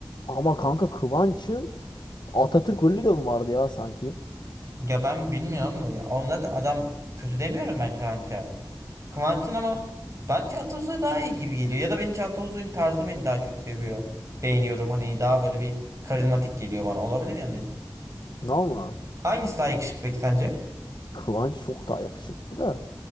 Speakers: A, on the left (about 70°); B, on the right (about 40°).
A: Ama kanka Kıvanç'ın Atatürk rolü de mi vardı ya sanki?
B: Ya ben bilmiyorum da ya. Oğlum zaten adam kötü demiyorum ben Kıvanç'a. Kıvanç'ın ama ben Çağatay Ulusoy daha iyi gibi geliyor. Ya da benim Çağatay Ulusoy'un tarzı beni daha çok seviyor. Beğeniyorum hani daha böyle bir karizmatik geliyor bana. Olabilir yani.
A: Valla
B: Hangisi daha yakışıklı peki sence?
A: Kıvanç çok daha yakışıklı da.